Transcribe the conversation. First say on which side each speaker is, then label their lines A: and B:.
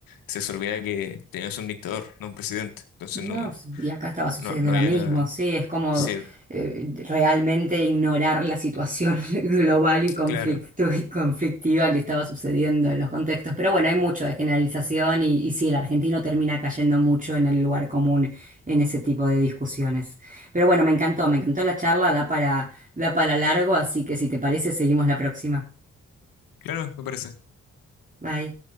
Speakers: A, on the left; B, on the right.
A: se les olvida que tenemos un dictador, no un presidente, entonces
B: No,
A: no.
B: pues, y acá estaba sucediendo
A: No, no
B: lo
A: había
B: mismo,
A: cagado.
B: sí, es como
A: Sí,
B: eh, realmente ignorar la situación <laughs> global y conflicto
A: claro,
B: y conflictiva que estaba sucediendo en los contextos. Pero bueno, hay mucho de generalización y, y sí, el argentino termina cayendo mucho en el lugar común en ese tipo de discusiones. Pero bueno, me encantó, me encantó la charla, da para, da para largo, así que si te parece, seguimos la próxima.
A: claro, me parece.
B: Bye.